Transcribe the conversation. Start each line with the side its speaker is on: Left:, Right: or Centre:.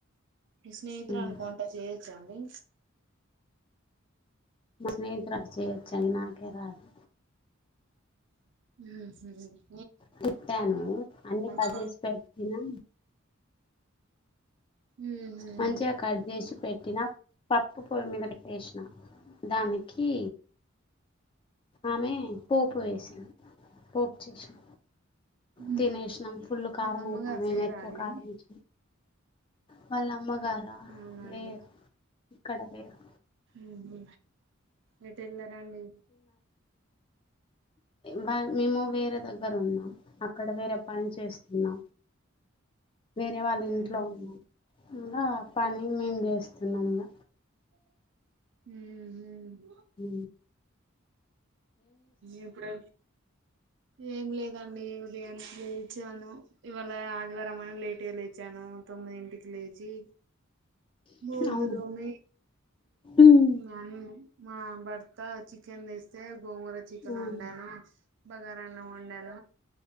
Right: మీ స్నేహితురాలు
Left: ఉమ్,
Right: కొంట చేయొచ్చా అండి
Left: మా స్నేహితురాలికి చేయొచ్చండి నాకే రాదు.
Right: ఊహు
Left: తిట్టాను అన్నీ
Right: మంచిగా
Left: కట్ చేసి పెట్టినా.
Right: ఉహు
Left: మంచిగ కట్ చేసి పట్టిన పప్ ప్పు పొయ్యి మీద పొట్టేసిన దానికి ఆమె పోపు వేస్ చి పోపు చేసిన
Right: ఉమ్
Left: తినేసినాం ఫుల్ కారం
Right: వాళ్ళ అమ్మగారు
Left: ఐతాంది మేము
Right: లేరా
Left: ఎక్కువ
Right: అండి
Left: కారం వేసినం వాళ్ళ అమ్మగ్ గార
Right: అవునండి
Left: లేరు క్కడ లేరు
Right: ఊహు ఎటు ఎల్లారండి
Left: బా మేము వేరే దా దగ్గరున్నాం అక్కడ వేరే పని చేస్తున్నాం వేరే వాళ్ళ
Right: ఉమ్
Left: ఇంట్లో ఉన్నాం ఇంకా పని మేం చేస్తున్నాం ఇగ
Right: ఊహు
Left: ఊ
Right: ఇప్పుడు ఏం లేదం అండి ఉదయానే లేచాను. ఇవాళ ఆదివారం అని లేట్గా లేచాను తొమ్మిదింటికి లేచి బోల్
Left: అవును
Right: దోమ
Left: ఉమ్
Right: నను మా భర్త చికెన్ దేసే గోంగూర చికన్
Left: ఉమ్
Right: ఉండనా బగారాన్న వండాల